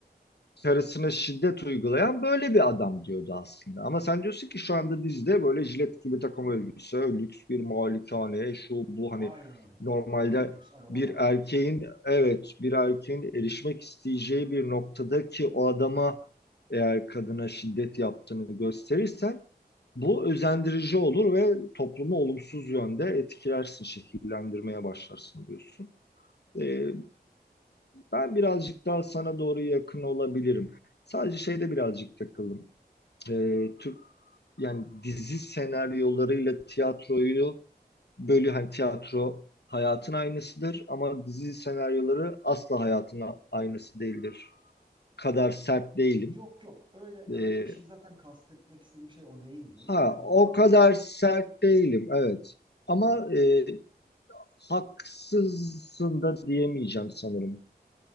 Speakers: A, on the left (about 80°); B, on the right (about 30°).
A: karısına şiddet uygulayan böyle bir adam diyordu aslında. Ama sen diyorsun ki şu anda dizide böyle jilet gibi takım elbise, lüks bir malikane, şu bu hani
B: Aynen öyle.
A: normalde
B: Evet. En lüks arabalar.
A: bir erkeğin evet bir erkeğin erişmek isteyeceği bir noktadaki o adama eğer kadına şiddet yaptığını gösterirsen bu özendirici olur ve toplumu olumsuz yönde etkilersin, şekillendirmeye başlarsın diyorsun. Ee, ben birazcık daha sana doğru yakın olabilirim. Sadece şeyde birazcık takıldım. Ee, Türk yani dizi senaryolarıyla tiyatroyu bölü hani tiyatro hayatın aynısıdır ama dizi senaryoları asla hayatın a- aynısı değildir. Kadar sert değilim.
B: Yok yok. Öyle öyle
A: Ee,
B: bir şey zaten kastetmek istediğim şey o değildi.
A: ha
B: Yani
A: o
B: daha
A: kadar
B: böyle
A: sert değilim evet. Ama
B: yani
A: e, haksızsın da diyemeyeceğim sanırım.